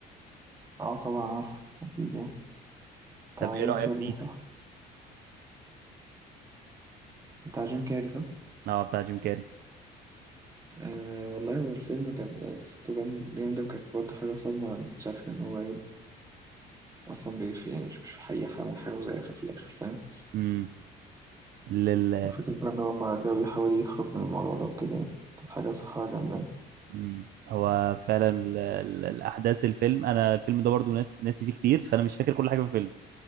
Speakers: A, on the right; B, on the right.
A: اه طبعا عارفه أكيد يعني بتاع
B: طب ايه
A: جيم
B: رأيك
A: كاري
B: فيه؟
A: ده صح بتاع جيم كاري صح
B: اه بتاع جيم كاري
A: آه والله هو الفيلم كان يعني قصته جامد- جامدة وكانت برضه حاجة صدمة لما اكتشفت إن هو اصلا بيف يعني مش مش في حقيقة حاجه حاجه مزيفه في الاخر فاهم
B: امم لل
A: وفكره بقى ان هو ما جاي يحاول يخرج من الموضوع ده وكده يعني كانت حاجه صراحه جامده يعني.
B: مم. هو فعلا ال- ال- الاحداث الفيلم انا الفيلم ده برضو ناس ناسي فيه كتير فانا مش فاكر كل حاجه في الفيلم